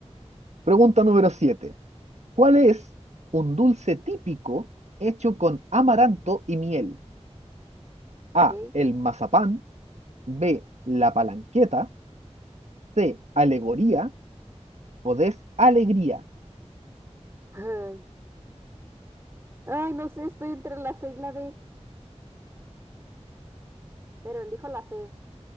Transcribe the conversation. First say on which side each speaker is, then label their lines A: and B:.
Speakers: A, on the right; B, on the right.
A: Pregunta número 7. ¿Cuál es un dulce típico hecho con amaranto y miel?
B: <laughs> ok.
A: A, el mazapán, B, la palanqueta, C, alegoría o D, alegría.
B: Ay, ay, no sé, estoy entre la C y la D, pero elijo la C.